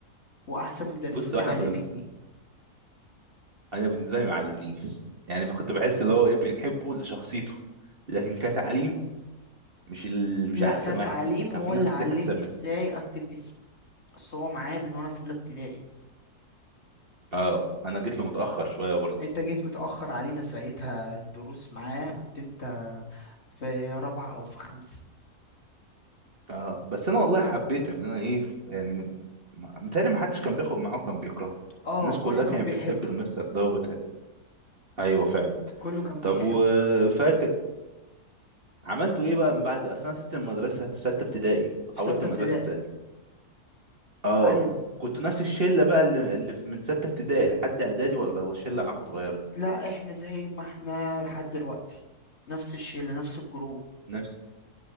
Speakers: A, on the left (about 45°); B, on the right (about 40°).
A: واحسن مدرسين
B: بص احنا
A: علمتني
B: كنا انا بالنسبه لي ما علمنيش يعني ما كنت بحس اللي هو ايه بنحبه لشخصيته لكن كتعليم مش ال... مش
A: لا
B: احسن
A: كتعليم
B: واحد يعني كان
A: هو
B: في ناس
A: اللي
B: كتير
A: علمني
B: احسن منه
A: ازاي اكتب اسمي بس هو معايا من وانا في اولى ابتدائي
B: اه انا جيت له متاخر شويه برضه
A: انت جيت متاخر علينا ساعتها الدروس معاه كنت انت في رابعه او في خمسه
B: اه بس انا والله حبيته يعني انا ايه يعني م- ما- متهيألي ما حدش كان بياخد معاه وكان بيكرهه
A: اه
B: الناس
A: كله
B: كلها
A: كان
B: كانت
A: بيحبه
B: بتحب المستر ده وبتاع ايوه فعلا
A: كله كان بيحبه
B: طب وفاكر عملتوا ايه بقى من بعد اصل انا سبت المدرسه في سته ابتدائي حولت
A: في سته
B: مدرسه
A: ابتدائي
B: تانية اه
A: ايوه
B: كنت نفس الشله بقى اللي, اللي في- من سته ابتدائي لحد اعدادي ولا الشله معاك اتغيرت
A: لا احنا زي ما احنا لحد دلوقتي نفس الشله نفس الجروب
B: نفس